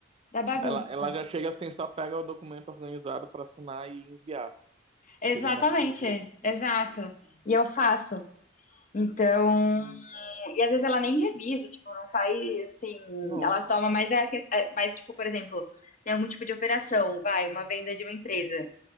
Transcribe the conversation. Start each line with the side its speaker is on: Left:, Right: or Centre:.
Left: da bagunça.
Right: Ela, ela já chega assim, só pega o documento organizado para assinar e enviar.
Left: Exatamente,
Right: Seria mais ou menos isso.
Left: é, exato. E eu faço. Então, E às vezes ela nem revisa, tipo, não faz assim.
Right: Nossa,
Left: Ela toma mais a que- é, mais, tipo, por exemplo, tem algum tipo de operação, vai, uma venda de uma empresa.